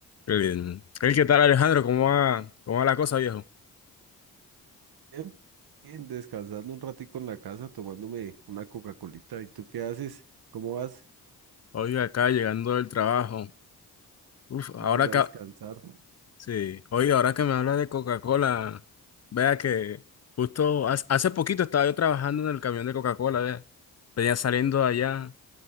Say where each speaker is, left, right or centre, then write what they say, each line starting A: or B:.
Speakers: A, on the left; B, on the right.
A: Qué bien. Hey, ¿qué tal Alejandro? ¿Cómo va, cómo va la cosa, viejo?
B: Bien, bien, descansando un ratico en la casa, tomándome una Coca-Colita. ¿Y tú qué haces? ¿Cómo vas?
A: Oiga, acá llegando del trabajo. Uf, ahora
B: Ah, ya
A: acá,
B: descansar.
A: sí. Oiga, ahora que me hablas de Coca-Cola, vea que justo hace, hace poquito estaba yo trabajando en el camión de Coca-Cola, vea. Venía saliendo de allá,